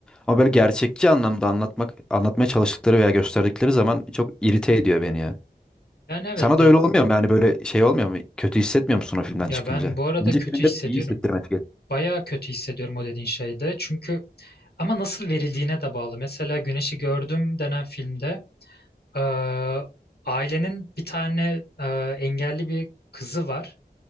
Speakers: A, in the centre; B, on the left.
A: Ama böyle gerçekçi anlamda anlatmak, anlatmaya çalıştıkları veya gösterdikleri zaman çok irite ediyor beni ya.
B: Yani evet
A: Sana
B: de
A: da öyle olmuyor mu? Yani böyle şey olmuyor mu? Kötü hissetmiyor musun o filmden
B: ya
A: çıkınca?
B: ben bu arada
A: Bence
B: kötü
A: filmlerin
B: hissediyorum.
A: iyi hissettirmesi gerek.
B: Bayağı kötü hissediyorum o dediğin şeyde. Çünkü ama nasıl verildiğine de bağlı. Mesela Güneşi Gördüm denen filmde e, ailenin bir tane e, engelli bir kızı var